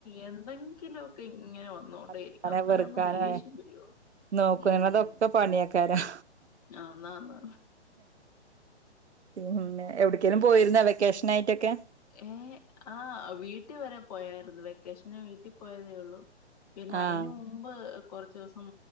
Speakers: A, on the left; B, on the right.
A: എന്തെങ്കിലുമ ഒക്കെ ഇങ്ങനെ വന്നോണ്ടേയിരിക്കും
B: അലക്കാനോ
A: അന്നേരം
B: പെറുക്കാനോ
A: അങ്ങ് ദേഷ്യം വരുന്ന്
B: നോക്കുന്നതൊക്കെ
A: ഉ
B: പണിയേക്കാരം
A: അാന്നാ ന്ന്
B: പി--ന്നെ ഒരിക്കലും പോയിരുന്നോ വെക്കേഷനായിട്ടൊക്കെ
A: ഏ ആ വീട്ടി വരെ പോയരുന്നു വെക്കേഷന് വീട്ടിൽ പോയതേ ഉള്ളൂ പിന്നെ
B: ആഹ്
A: അയിന് മുമ്പ് കൊറച്ച് ദിവസം